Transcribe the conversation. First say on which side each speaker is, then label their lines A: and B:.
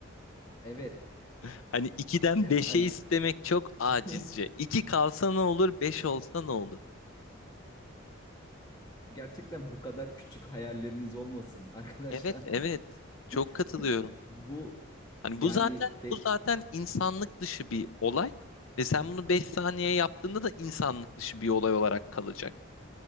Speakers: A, on the left; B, on the left.
A: evet.
B: <laughs> Hani 2'den beşe
A: <laughs> Hani
B: istemek çok acizce.
A: <laughs>
B: 2 kalsa ne olur, 5 olsa ne olur?
A: gerçekten bu kadar küçük hayalleriniz olmasın arkadaşlar.
B: Evet, evet. Çok
A: <laughs>
B: katılıyorum.
A: Bu
B: Hani
A: yani
B: bu zaten
A: be,
B: bu zaten insanlık dışı bir olay ve sen bunu
A: abi
B: 5 saniye yaptığında da insanlık dışı bir olay olarak kalacak.